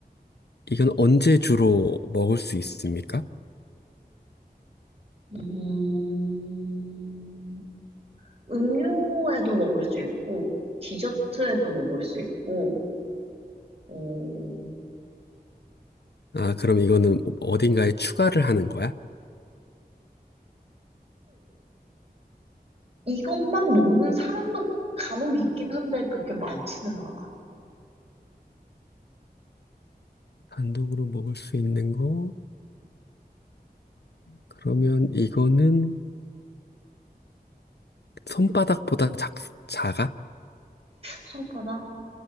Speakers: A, on the left (about 85°); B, on the right (about 35°).
A: 이건 언제 주로 먹을 수 있습니까?
B: 음, 음료에도 먹을 수 있고, 디저트에도 먹을 수 있고, 어, 오,
A: 아, 그럼 이거는 어딘가에 추가를 하는 거야?
B: 이것만 먹는 사람도 간혹 있긴 한데, 그렇게 많지는 않아.
A: 단독으로 먹을 수 있는 거? 그러면 이거는 손바닥보다 작, 작아?
B: 손바닥?